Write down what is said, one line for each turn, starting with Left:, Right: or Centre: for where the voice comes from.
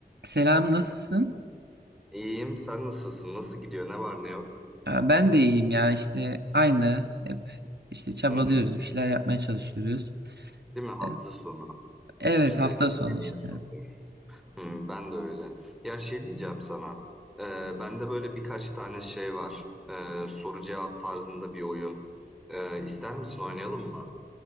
Right: Selam, nasılsın?
Centre: İyiyim. Sen nasılsın? Nasıl gidiyor? Ne var ne yok?
Right: Aa, Ben de iyiyim ya işte aynı hep işte çabalıyoruz
Centre: Hı hı.
Right: bir şeyler yapmaya çalışıyoruz.
Centre: Değil mi? Hafta
Right: E,
Centre: sonu
Right: Evet
Centre: işte
Right: hafta
Centre: dinleniyorsundur.
Right: sonu işte.
Centre: Hı, ben de öyle. Ya şey diyeceğim sana. E, bende böyle birkaç tane şey var. E, soru cevap tarzında bir oyun. E, ister misin oynayalım mı?